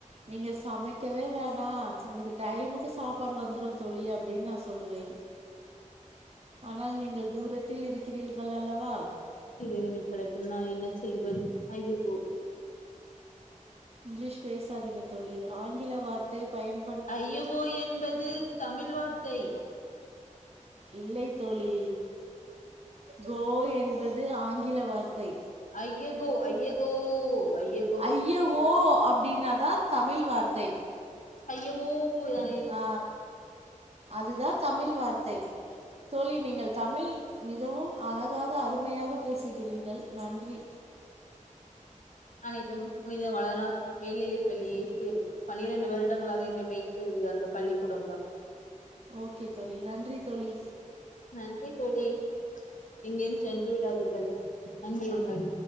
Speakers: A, on the right; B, on the left.
A: நீங்க சமைக்கவே வேனா ஒங்கக்கு டைமுக்கு சாப்பாடு வந்துரு தோழி அப்டின்னு நா சொல்லுவே ஆனால் நீங்கள் தூரத்தில் இருக்கிறீர்கள் அல்லவா
B: இறைவனின் படைப்பில் நா என்ன செய்வது ஐயகோ
A: இங்லீஷ் பேசாதிங்க தோழி ஆங்கில வார்த்தை பயன்
B: ஐயகோ என்பது தமிழ் வார்த்தை
A: இல்லை தோழி கோ என்பது ஆங்கில வார்த்தை
B: ஐயகோ ஐயகோ ஐய
A: ஐய ஓ அப்டினாதா தமிழ் வார்த்தை
B: ஐயஓ இதா
A: ஆ அதுதா தமிழ் வார்த்தை தோழி நீங்கள் தமிழ் மிகவும் அழகாக அருமையாக பேசுகிறீர்கள் நன்றி
B: அனைத்தும் புனித வளளார் மேல்நிலை பள்ளியே சேரும் பனிரண்டு வருடங்களாக என்ன மேய்த்தது அந்த பள்ளிக்கூடந்தா
A: ஓகே தோழி நன்றி தோழி
B: நன்றி தோழி எங்கெயும் சென்று விடாதீர்கள் அங்கிருங்கள்